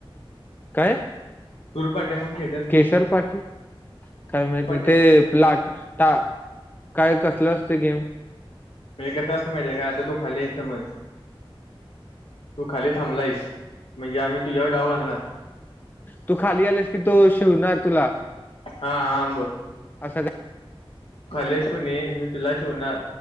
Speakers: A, on the left; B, on the left.
A: काय
B: तूरपट्या मगच्या
A: केसर पाटील काय माहत
B: सुरपाट्या
A: नाही ते लाट त काय कसलं असत गेम
B: म्हणजे कस असं माहितीय का आता तू खाली आहे समज तू खाली थांबलाईस म्हणजे आम्ही तुझ्यावर डाव घाणार
A: तू खाली आलेस की तू शिवणार तुला
B: हा हा
A: असं काय
B: त खालीस को मी तुला शिवणार